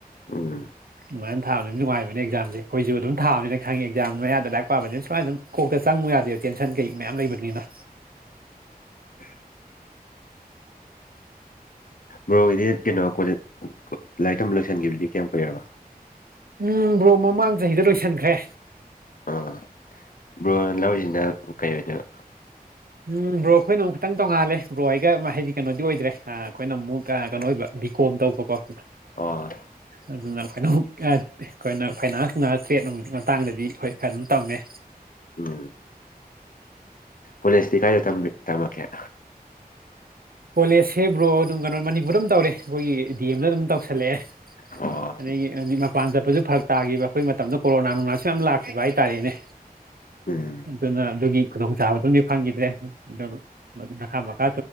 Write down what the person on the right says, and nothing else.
ꯁꯨꯥꯏꯅ ꯊꯕꯅꯤ ꯅꯨꯡꯉꯥꯏꯕꯅꯦ ꯑꯦꯛꯖꯝꯁꯦꯈꯁꯨ ꯑꯗꯨꯝ ꯊꯥꯕꯅꯤ ꯈꯪꯉꯦꯛꯥꯝ ꯃꯌꯥꯗ ꯂꯥꯏꯔꯤꯛ ꯄꯕꯅ ꯁꯨꯃꯅ ꯑꯗꯨꯝ ꯀꯣꯛ ꯆꯪꯕ ꯌꯥ ꯇꯦꯟꯁꯟ ꯀꯩ ꯃꯌꯥꯝ ꯂꯩ ꯀꯅ
ꯎꯝ ꯕ꯭ꯔꯣ ꯃꯃꯥꯡ ꯆꯍꯤꯗ ꯂꯣꯏꯁꯤꯟꯈ꯭ꯔꯦ
ꯎꯝ ꯕ꯭ꯔꯣ ꯑꯩꯈꯣꯏꯅ ꯑꯃꯨꯛ ꯈꯤꯇꯪ ꯇꯣꯡꯉꯥꯜꯂꯦ ꯕ꯭ꯔꯣ ꯑꯩꯒ ꯍꯥꯏꯗꯤ ꯀꯩꯅꯣꯗꯤ ꯑꯣꯏꯗ꯭ꯔꯦ ꯑꯩꯈꯣꯏꯅ ꯑꯃꯨꯛ ꯀꯩꯅꯣ ꯑꯣꯏꯕ ꯍꯥꯏꯗꯤ ꯀꯣꯟ ꯇꯧꯕꯀꯣ
ꯑꯗꯨꯅ ꯑꯩꯈꯣꯏꯅ ꯑꯃꯨꯛ ꯑꯩꯈꯣꯏꯅ ꯐꯥꯏꯅꯥꯟꯁꯅ ꯇ꯭ꯔꯦꯠ ꯅꯨꯡ ꯃꯇꯥꯡꯗꯗꯤ ꯑꯩꯈꯣꯏ ꯀꯩꯅ ꯇꯝꯃꯦ
ꯀꯣꯂꯦꯖ ꯁꯦꯝꯦꯕ꯭ꯔꯣ ꯑꯗꯨꯝ ꯀꯩꯅꯣ ꯃꯅꯤꯄꯨꯔꯗ ꯑꯗꯨꯝ ꯇꯧꯔꯦ ꯑꯩꯈꯣꯏꯒꯤ ꯗꯤ ꯑꯦꯝꯗ ꯑꯗꯨꯝ ꯇꯧꯁꯜꯂꯛꯑꯦ
ꯑꯗꯨ ꯍꯧ ꯄꯥꯟ ꯆꯠꯄꯁꯨ ꯐꯔꯛ ꯇꯥꯈꯤꯕ ꯑꯩꯈꯣꯏ ꯃꯇꯝꯗ ꯀꯣꯔꯣꯅꯥ ꯅꯨꯡꯅꯥꯁꯨ ꯌꯥꯝ ꯂꯥꯛꯈꯤꯕ ꯍꯥꯏꯇꯥꯔꯦꯅꯦ
ꯑꯗꯨꯅ ꯑꯗꯨꯒꯤ ꯈꯨꯗꯣꯡ ꯆꯥꯕꯗꯨꯝꯗꯤ ꯐꯪꯈꯤꯗ꯭ꯔꯦ ꯑꯗꯨ ꯃꯈꯥ ꯃꯈꯥ